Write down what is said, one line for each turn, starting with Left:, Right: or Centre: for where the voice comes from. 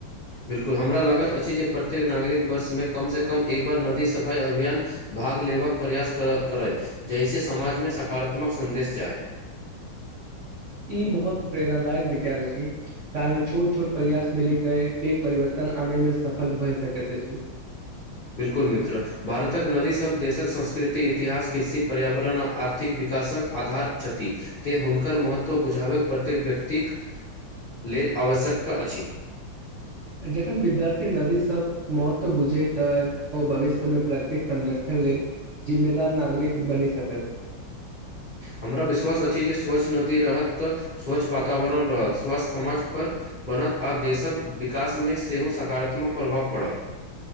Left: बिल्कुल हमरा लागत अछि जे प्रत्येक नागरिक वर्षमे कमसँ कम एक बार नदी सफाइ अभियान भाग लेबाक प्रयास करय जहिस समाजमे सकारात्मक संन्देश जाय
Right: ई बहुत प्रेरणादायक विचार छी कारण छोट छोट प्रयास मिल के पैघ परिवर्तन आनेय मे सफल भए सकैत अछि
Left: बिल्कुल मित्र भारतक नदी सब देशक संस्कृति इतिहास कृषि पर्यावरण आ आर्थिक विकासक आधार छथि तैँ हुनकर महत्व बुझाबै प्रत्येक व्यक्तिक लेल आवश्यकता अछि
Right: जखन विद्यार्थी नदी सब महत्व बुझै तऽ ओ भविष्य मे प्रकृतिक संरक्षण लेल जिम्मेदार नागरिक बनी सकत
Left: हमरा विश्वास अछि जे स्वच्छ नदी रहत तऽ स्वच्छ वातावरण रहत स्वच्छ समाजपर बनत आ देशक विकासमे सेहो सकारात्मक प्रभाव पड़त